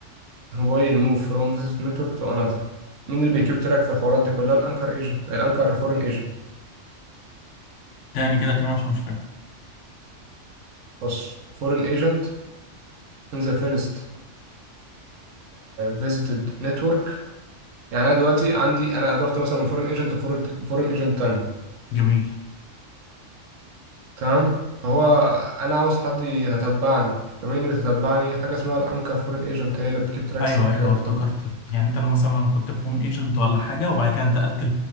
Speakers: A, on the right (about 85°); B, on the left (about 75°).
A: موبايل موف فروم فيس نتورك تو انذر مين اللي بيكيب تراك في الحوارات دي كلها الانكر ايجنت الانكر فورين ايجنت
B: تاني كده كلام عشان مش فاهم
A: بص فورين ايجنت ان ذا فيرست فيزيتد نتورك يعني انا دلوقتي عندي انا رحت مثلا من فورين ايجنت لفورين فورين ايجنت تاني
B: جميل
A: تمام فهو انا عاوز حد يتتبعني فمين اللي بيتتبعني حاجه اسمها الانكر فورين ايجنت هي اللي بتكيب تراكس
B: ايوه
A: والحاجات
B: ايوه
A: دي
B: افتكرت
A: كلها
B: يعني انت لو مثلا انا كنت في هوم ايجنت ولا حاجه وبعد كده انتقلت